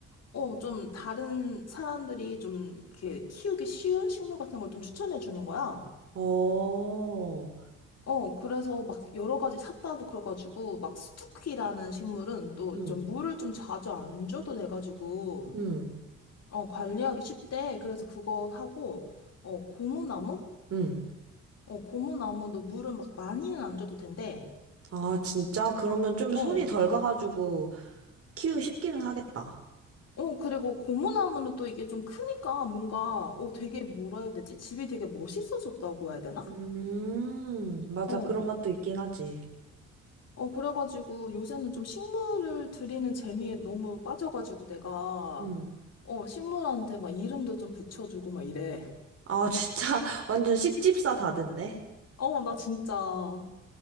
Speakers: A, on the left (about 55°); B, on the right (about 50°).
A: 어, 좀 다른 사람들이 좀 이렇게 키우기 쉬운 식물 같은 걸 좀 추천해 주는 거야.
B: 어,
A: 어, 그래서 막 여러 가지 샀다도 그래가지고 막 스투키라는 식물은 또
B: 응,
A: 좀 물을 좀 자주 안 줘도 돼가지고,
B: 응,
A: 어, 관리하기 쉽대. 그래서 그거 하고, 어, 고무나무?
B: 응.
A: 어, 고무나무도 물을 막 많이는 안 줘도 된대.
B: 아, 진짜? 그러면 좀
A: 어,
B: 손이 덜 가가지고 키우기 쉽기는 하겠다.
A: 어, 그리고 고무나무는 또 이게 좀 크니까 뭔가,
B: 응.
A: 어, 되게 뭐라 해야 되지? 집이 되게 멋있어졌다고 해야 되나?
B: 음, 맞아.
A: 어,
B: 그런 맛도 있긴 하지.
A: 어, 그래가지고 요새는 좀 식물을 들이는 재미에 너무 빠져가지고 내가,
B: 음.
A: 어, 식물한테 막 이름도 좀 붙여주고 막 이래.
B: 아, 진짜. <laughs> 완전 식집사 다된데?
A: 어, 나 진짜.